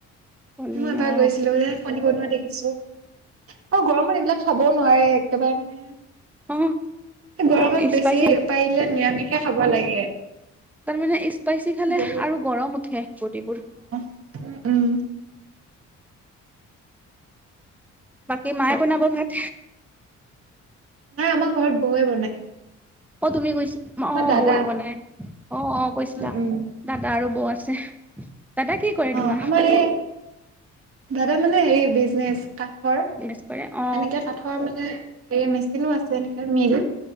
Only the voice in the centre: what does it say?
কণী
অ
অ
স্পাইচি
তাৰমানে স্পাইচি খালে
আৰু গৰম উঠে বডিবোৰ।
বাকী মায়ে বনাব ভাত?
অ তুমি কৈছিল
অ
বৌৱে বনাই অ অ কৈছিলা
দাদা আৰু বৌ আ আছে। দাদা কি কৰে
তোমাৰ
বিজনেছ কৰে অ